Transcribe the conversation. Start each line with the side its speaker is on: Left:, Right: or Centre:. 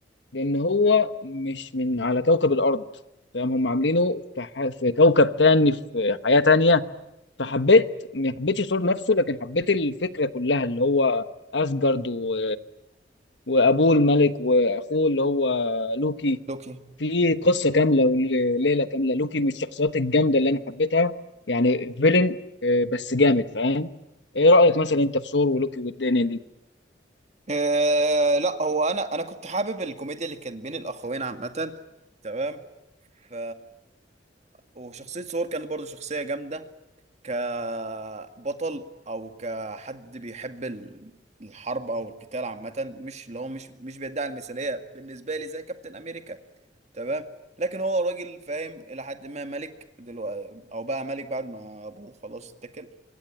Left: لان هو مش من على كوكب الارض فاهم هم عاملينه في, ح... في كوكب تاني في حياة تانية فحبيت ما حبيتش الصوت نفسه لكن حبيت الفكرة كلها اللي هو اسجارد و... وابوه الملك واخوه اللي هو لوكي
Right: لوكي
Left: في قصة كاملة وليلة كاملة لوكي من الشخصيات الجامدة اللي انا حبيتها يعني فيلن آه، بس جامد فاهم ايه رأيك مثلا انت في ثور ولوكي والدنيا دي
Right: آه لا هو انا انا كنت حابب الكوميديا اللي كان بين الاخوين عامه تمام ف وشخصية ثور كانت برضو شخصية جامدة كبطل أو كحد بيحب ال- الحرب أو القتال عامة مش اللي هو مش مش بيدعي المثالية بالنسبة لي زي كابتن أمريكا تمام لكن هو راجل فاهم إلى حد ما ملك دلوقتي أو بقى ملك بعد ما أبوه خلاص اتكل